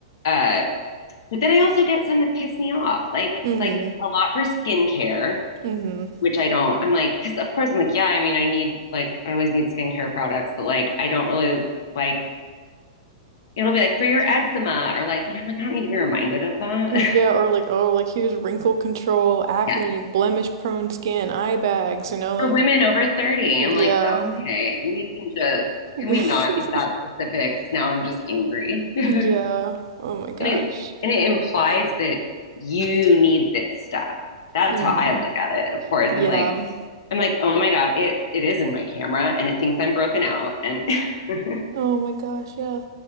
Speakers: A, on the left; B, on the right.
A: uh, but then I also get some that piss me off, like
B: Mm-hmm.
A: like a lot for skincare,
B: Mm-hmm.
A: which I don't. I'm like, because of course I'm like, yeah, I mean, I need like I always need skincare products, but like I don't really like it'll be like for your eczema or like, you know, I'm like, I don't need to be reminded of that.
B: Yeah,
A: <laughs>
B: or like, oh, like here's wrinkle control, acne,
A: yeah.
B: blemish prone skin, eye bags, you know, like,
A: For women over 30,
B: yeah.
A: I'm like, okay, we can just,
B: <laughs>
A: can we not get that specifics? Now I'm just angry. <laughs> and
B: Yeah. Oh my gosh.
A: it, and it implies that you need this stuff. That's
B: hmm
A: how I look at it. Of course,
B: Yeah.
A: I'm like, I'm like, oh my God, it, it is in my camera and it thinks I'm broken out. And <laughs>
B: Oh my gosh, yeah.